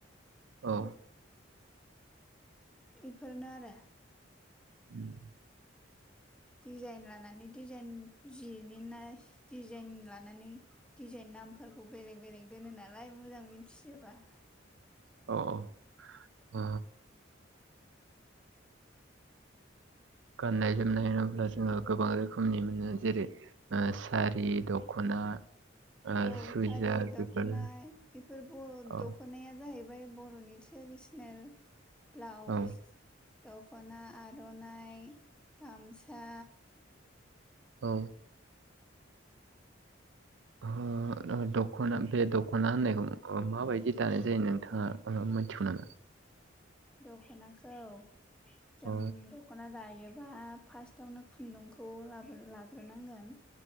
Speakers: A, on the right; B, in the centre.
A: औ
B: इफोरनो आरो
A: <inaudible>
B: डिजाइन लानानै डिजाइन जिनि ना डिजाइन लानानै दिडिजाइन नामफोरखौ बेलेग बेलेग दोनो नालाय मोजां मिथिजोबा
A: औ औ ओ गाननाय जोमनाय होनोब्ला जोङो गोबां रोखोमनि मोनो जेरै ओ सारि, दख'ना ओ
B: औ
A: सुइजार
B: सारि, दख'ना
A: बेफोर
B: बेफोरब
A: औ
B: दख'नाया जाहैब बाय बर'नि ट्रेडिसनेल ब्लाउस
A: औ
B: दख'ना, आर'नाइ, गामसा
A: औ ओ दख'ना बे दख'ना होननायखौ ओ माबायदि दानाय जायो नोंथाङा ओ मिथिगौ नामा?
B: दख'नाखौ जों
A: औ
B: दख दख'ना दायोबा फार्स्टावनो खुन्दुंखौ लाबो लाग्रोनांगोन